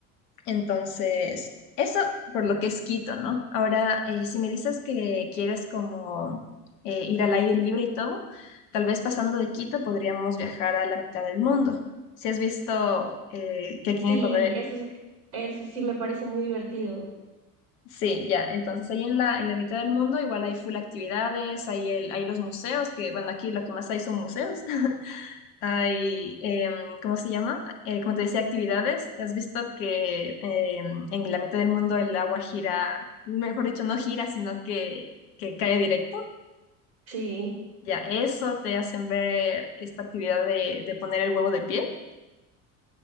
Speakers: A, on the left; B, on the right.
A: Entonces, eso por lo que es Quito, ¿no? Ahora, eh, si me dices que quieres como eh, ir al aire libre y todo, tal vez pasando de Quito podríamos viajar a la mitad del mundo. Si has visto eh, que aquí
B: Sí,
A: en Ecuador,
B: eso, es- eso sí me parece muy divertido.
A: sí, ya, entonces ahí en la, en la mitad del mundo igual hay full actividades, hay, el, hay los museos, que bueno, aquí lo que más hay son museos, Hay, em, ¿cómo se llama? Eh, como te decía, actividades. ¿Has visto que em, en la mitad del mundo el agua gira, mejor dicho, no gira, sino que, que cae directo?
B: Sí,
A: Ya, eso te hacen ver esta actividad de, de poner el huevo de pie.